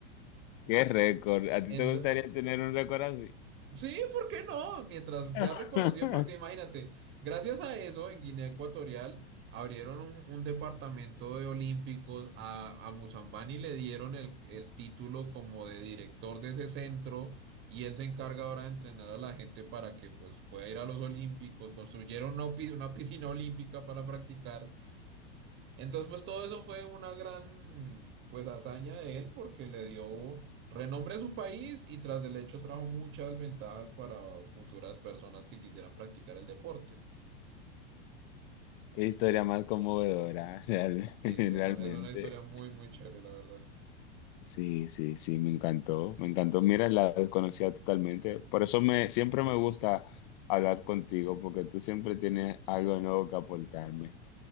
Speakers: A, on the left (about 50°); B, on the right (about 35°).
A: Qué récord. ¿A ti
B: Ento-
A: te gustaría tener un récord así?
B: Sí, ¿por qué no? Mientras
A: <laughs>
B: sea reconocido, porque imagínate, gracias a eso en Guinea Ecuatorial abrieron un, un departamento de olímpicos, a, a Musambani le dieron el, el título como de director de ese centro y él se encarga ahora de entrenar a la gente para que pues pueda ir a los olímpicos, construyeron una, opi- una piscina olímpica para practicar entonces, pues todo eso fue una gran, pues, hazaña de él porque le dio renombre a su país y tras del hecho trajo muchas ventajas para futuras personas que quisieran practicar el deporte.
A: Qué historia más conmovedora, real-
B: Sí,
A: <laughs> realmente.
B: es, un- es una historia muy, muy chévere, la verdad.
A: Sí, sí, sí, me encantó, me encantó. Mira, la desconocía totalmente. Por eso me, siempre me gusta hablar contigo, porque tú siempre tienes algo nuevo que aportarme.